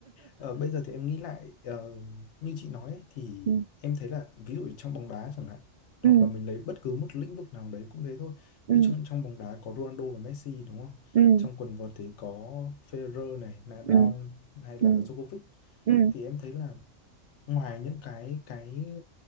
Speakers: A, on the left; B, on the right.
A: Ờ, bây giờ thì em nghĩ lại ờ, như chị nói ấy, thì
B: ừ
A: em thấy là ví dụ trong bóng đá chẳng hạn hoặc
B: ừ
A: là mình lấy bất cứ một lĩnh vực nào đấy cũng thế thôi
B: ừ
A: ví dụ trong trong bóng đá có Ronaldo và Messi đúng không
B: ừ
A: trong quần vợt thì có Federer này Nadal
B: ừ
A: hay là
B: ừ
A: Djokovic
B: ừ
A: thì em thấy là ngoài những cái cái